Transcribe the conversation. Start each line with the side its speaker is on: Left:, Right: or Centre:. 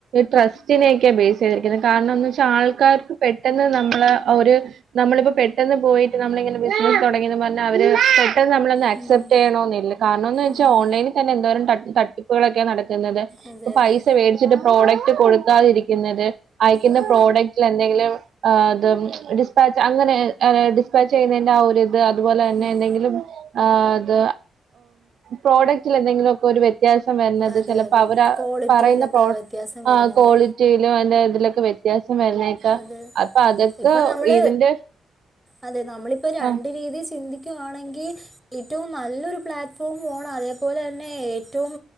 Right: ട്രസ്റ്റിനെയൊക്കെയാ ബേസ് ചെയ്തിരിക്കുന്നത്. കാരണംന്ന് വെച്ചാൽ ആൾക്കാർക്ക് പെട്ടെന്ന് നമ്മള് ഒരു നമ്മളിപ്പോ പെട്ടെന്ന് പോയിട്ട്, നമ്മള ഇങ്ങനെ ബിസിനസ് തുടങ്ങിയന്ന് പറഞ്ഞാൽ അവര് പെട്ടെന്ന് നമ്മള ആക്സെപ്റ്റ്
Centre: ഉം ഉം
Right: ചെയ്യണോന്നില്ല. കാരണംന്ന് വെച്ചാൽ
Centre: ഉം
Right: ഓൺലൈനിൽ തന്നെ എന്തോരം തട് തട്ടിപ്പുകളൊക്കെ നട ക്കുന്നത്.
Centre: അതെ
Right: ഇപ്പ
Centre: അതെ
Right: പൈസ മേടിച്ചിട്ട് പ്രോഡക്റ്റ് കൊടുക്കാതിരിക്കുന്നത്. അയക്കുന്ന
Centre: ഉം
Right: പ്രോഡക്റ്റിൽ എന്തെങ്കിലും, ഏഹ് അത് ഡിസ്പാച്ച് അങ്ങനെ ഡിസ്പാച്ച് ചെയ്യുന്നതിന്റെ ആ ഒരു ത് അതുപോലെ തന്നെ,
Centre: ഉം
Right: എന്തെങ്കിലും ഏഹ് ത് പ്രോഡക്റ്റ എന്തെങ്കിലുംക്കെ ഒരു വ്യ ത്യാസം വരുന്നത്
Centre: അതെ
Right: ചിലപ്പോ
Centre: അതെ
Right: അവരാ
Centre: ക്വാളിറ്റിയിലൊക്കെ
Right: പറയുന്ന പ്രോ
Centre: വ്യത്യാസം
Right: ആ
Centre: വരുന്നത്
Right: ക്വാളി റ്റിലും അതിന്റെ ഇതിലൊക്കെ വ്യത്യാസം വരുന്നേക്കാ,
Centre: അത്
Right: അപ്പൊ അതൊക്കെ
Centre: ഇപ്പം നമ്മൾ
Right: ഇതിന്റെ
Centre: അതെ നമ്മളിപ്പോ രണ്ടു
Right: ആ
Centre: രീതി ചിന്തിക്കുവാണെങ്കി ഏറ്റവും നല്ലൊരു പ്ലാറ്റ്ഫോം <unintelligible> അതേപോലെ തന്നെ ഏറ്റവും